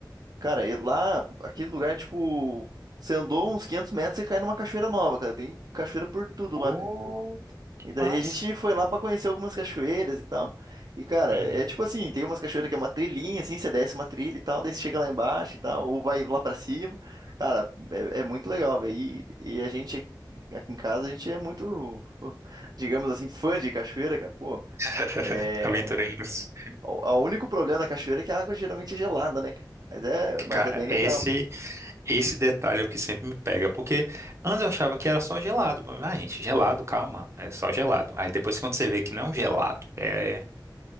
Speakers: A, on the right; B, on the right.
A: Cara, e lá, aquele lugar, tipo, você andou uns 500 metros e cai numa cachoeira nova, cara. Tem cachoeira por tudo
B: Ô,
A: lá, cara.
B: que
A: E daí
B: massa.
A: a gente foi lá pra conhecer algumas cachoeiras e tal. E, cara,
B: Uhum.
A: é tipo assim, tem umas cachoeiras que é uma trilhinha, assim, você desce uma trilha e tal, daí você chega lá embaixo e tal, ou vai lá pra cima. Cara, é, é muito legal, velho. E, e a gente aqui aqui em casa, a gente é muito, <laughs> digamos assim, fã de cachoeira, cara. Pô,
B: <laughs>
A: é...
B: Aventureiros.
A: O, o único problema da cachoeira é que a água geralmente é gelada, né, cara? Mas é, mas
B: Cara,
A: é bem legal.
B: esse esse detalhe é o que sempre me pega, porque antes eu achava que era só gelado. Ah, gente, gelado, calma, é só gelado. Aí depois quando você vê que não é um gelado, é,